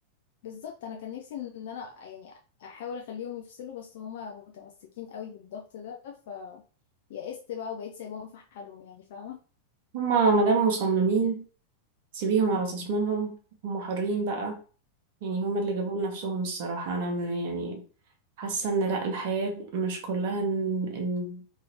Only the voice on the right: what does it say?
هما مادام مصممين سيبيهم على تصميمهم هم حرين بقى يعني هم اللي جابوا لنفسهم الصراحة أنا م- يعني حاسة إن لأ الحياة مش كلها إن إن